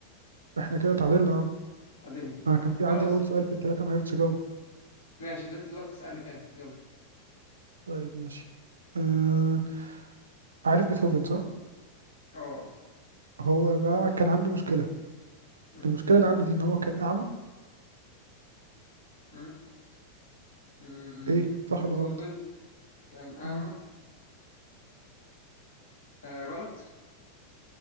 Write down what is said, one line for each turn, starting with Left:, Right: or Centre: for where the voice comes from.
Right: احنا كده اتعادلنا اهو
Left: تعادلنا
Right: انا كان في
Left: خلاص
Right: عندي اول سؤال في الثلاثه ما عرفتش اجاوبه
Left: ماشي ده دورك تسألني تاني يلا
Right: طيب ماشي آه... عارف بيتهوفن صح
Left: اه آه.
Right: هو بقى كان عنده مشكله
Left: مم.
Right: المشكله اللي عنده دي ان هو كان اعمى
Left: مم. مم.
Right: ايه صح
Left: بيتهوفن
Right: ولا غلط
Left: كان أعمى
Right: مم.
Left: آه غلط